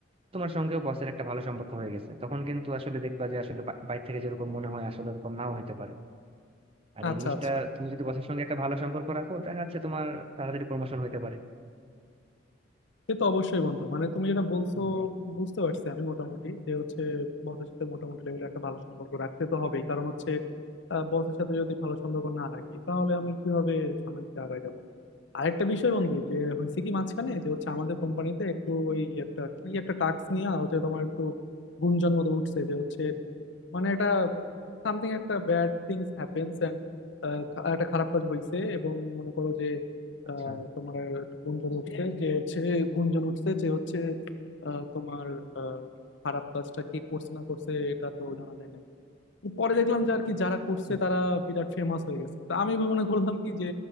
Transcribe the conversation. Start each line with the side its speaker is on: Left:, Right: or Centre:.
Right: তোমার সঙ্গেও বসের একটা ভালো সম্পর্ক হয়ে গেছে তখন কিন্তু আসলে দেখবা যে আসলে বা- বাইরে থেকে যেরকম মনে হয় আসলে এরকম নাও হতে পারে আর
Left: আচ্ছা
Right: এই জিনিসটা
Left: আচ্ছা
Right: তুমি যদি বসের সঙ্গে একটা ভালো সম্পর্ক রাখো দেখা যাচ্ছে তোমার তাড়াতাড়ি প্রমোশন হতে পারে
Left: সে তো অবশ্যই বন্ধু মানে তুমি যেটা বলছো
Right: হুম,
Left: বুঝতে পারছি আমি মোটামুটি যে হচ্ছে বসের সাথে মোটামুটি লেভেলে একটা ভালো সম্পর্ক রাখতে তো হবেই কারণ হচ্ছে বসের সাথে যদি ভালো সম্পর্ক না রাখি তাহলে আমি কিভাবে সামনের দিকে আগায় যাবো আরেকটা বিষয় বন্ধু যে হয়েছে কি মাঝখানে যে হচ্ছে আমাদের কোম্পানিতে একটু ওই একটা কি একটা টাস্ক নিয়ে হচ্ছে তোমার একটু গুঞ্জন মতো উঠছে যে হচ্ছে মানে এটা সামথিং একটা ব্যাড থিংস হ্যাপেন্স এন্ড একটা খারাপ কাজ হয়েছে এবং মনে করো যে
Right: আচ্ছা
Left: আহ, তোমার একটু গুঞ্জন উঠছে যে হচ্ছে গুঞ্জন উঠছে যে হচ্ছে আহ, তোমার আহ, খারাপ কাজটা কে করছে না করছে এটা তো জানা যায় নাই পরে দেখলাম যে আর কি যারা করছে
Right: আচ্ছা
Left: তারা বিরাট ফেমাস হয়ে গেছে তা আমি মনে করলাম কি যে